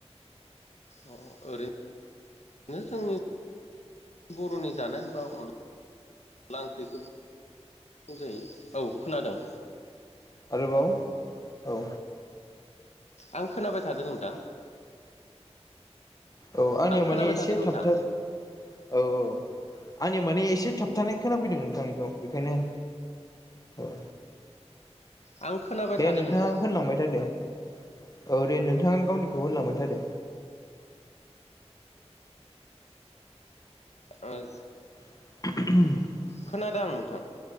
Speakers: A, on the left; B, on the left.
A: अ ओरै नो जोंनि बर'नि जानाय होनबा अन ला ओंख्रिखौ बुंजायो औ खोनादों।
B: आरोबाव औ।
A: आं खोनाबाय थादों नोंथां।
B: औ आंनियाव
A: आं
B: माने
A: खोनाबाय
B: एसे
A: थादों नोंथां
B: थाब था औ औ आंनियाव माने एसे थाबथानाय खोनाफैदों नोंथांनिखौ बेखायनो औ।
A: आं खोनाबाय
B: दे
A: थादों
B: नोंथाङा
A: नोंथां
B: होनलांबाय था दे। औ दे नोंथाङा गावनिखौ होनलांबाय थादे।
A: आज
B: <unintelligible>
A: खोनादां नोंथां।